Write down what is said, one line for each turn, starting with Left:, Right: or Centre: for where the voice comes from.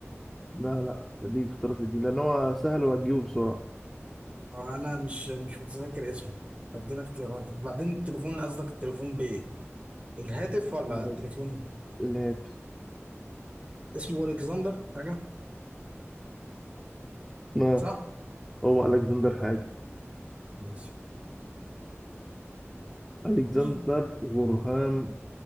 Centre: لا لا مش هديك اختيار في دي لأن هو سهل وهتجيبه بسرعة
Right: آه، انا مش مش متذكر اسمه فاديني اختيارات بعدين التليفون قصدك التليفون بايه الهاتف ولا
Centre: الهاتف
Right: التليفون
Centre: الهاتف.
Right: اسمه الكسندر حاجة
Centre: <laughs> ما
Right: صح
Centre: هو ألكسندر حاجة
Right: ماشي
Centre: ألكسندر
Right: <laughs> مين؟
Centre: غرهام